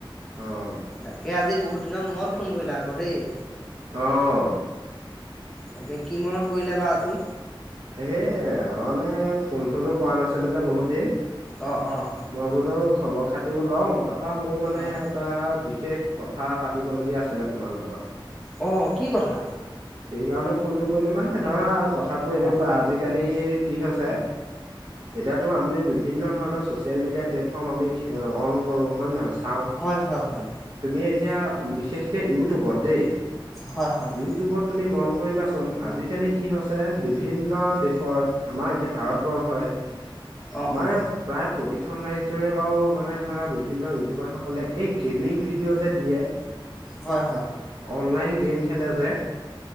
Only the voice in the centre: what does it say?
তাকে আজি বহুত দিনৰ মূৰত ফোন কৰিলা আকৌ দেই।
তাকে কি মনত পৰিলে বা আজি?
অঁ অঁ
অঁ
অ' কি কথা?
অঁ
হয় হয় হয়
হয় হয়।
অঁ
অঁ
হয়